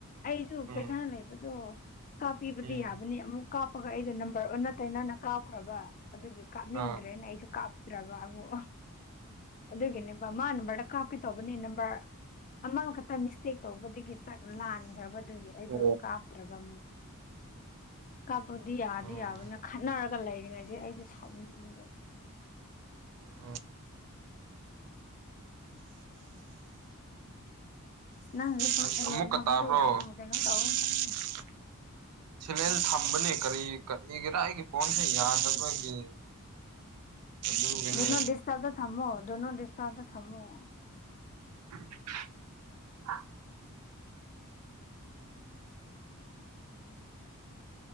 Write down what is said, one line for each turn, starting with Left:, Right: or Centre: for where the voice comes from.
Left: ꯑꯩꯁꯨ
Right: ꯎꯝ
Left: ꯄꯩꯁꯥ ꯂꯩꯕꯗꯣ ꯀꯥꯞꯄꯤꯕꯗꯤ
Right: ꯎꯝ
Left: ꯌꯥꯕꯅꯤ ꯑꯃꯨꯛ ꯀꯥꯞꯄꯒ ꯑꯩꯗꯣ ꯅꯝꯕꯔ ꯑꯣꯟꯅ ꯇꯩꯅꯅ ꯀꯥꯞꯈ꯭ꯔꯕ ꯑꯗꯨꯒꯤ ꯀꯥꯞꯅꯤꯡꯗ꯭ꯔꯦꯅ
Right: ꯑꯥ
Left: ꯑꯩꯖꯨ ꯀꯥꯞ ꯇ꯭ꯔꯕ ꯑꯃꯨꯛ ꯑꯗꯨꯒꯤꯅꯦꯕ ꯃꯥ ꯅꯝꯕꯔꯗ ꯀꯥꯞꯀꯦ ꯇꯧꯕꯅꯦ ꯅꯝꯕꯔ ꯑꯃꯈꯛꯇ ꯃꯤꯁꯇꯦꯛ ꯇꯧꯕꯗꯒꯤ ꯆꯥꯛ ꯂꯥꯟꯈ꯭ꯔꯕꯗꯨꯒꯤ ꯑꯩꯗꯣ
Right: ꯑꯣ
Left: ꯀꯥꯞꯇ꯭ꯔꯕ ꯑꯃꯨꯛ ꯀꯥꯞꯄꯗꯤ ꯌꯥꯗꯤ
Right: ꯎꯝ
Left: ꯌꯥꯕꯅ ꯈꯠꯅꯔꯒ ꯂꯩꯔꯦ ꯉꯁꯤ ꯑꯩꯗꯤ ꯁꯥꯎꯅꯤꯡꯕꯗ
Right: ꯑꯣ
Left: ꯅꯪ ꯍꯖꯤꯛ ꯐꯣꯟ
Right: ꯑꯁ
Left: ꯁꯥꯏꯂꯦꯟ
Right: ꯑꯃꯨꯛꯀ
Left: ꯊꯝꯕ
Right: ꯇꯥꯕ꯭ꯔꯣ
Left: ꯗꯨ ꯌꯥꯝ ꯀꯩꯅꯣ ꯇꯧꯋꯦ
Right: <unintelligible> ꯁꯤꯂꯦꯟ ꯊꯝꯕꯅꯦ ꯀꯔꯤ ꯀꯔꯤꯒꯦꯔꯥ ꯑꯩꯒꯤ ꯐꯣꯟꯁꯦ ꯌꯥꯗꯕꯒꯤ ꯑꯗꯨꯒꯤꯅꯦ
Left: ꯗꯨꯅꯣꯠ ꯗꯤꯁꯇꯕ ꯗ ꯊꯝꯃꯣ ꯗꯨꯅꯣꯠ ꯗꯤꯁꯇꯕꯗ ꯊꯝꯃꯣ
Right: <unintelligible>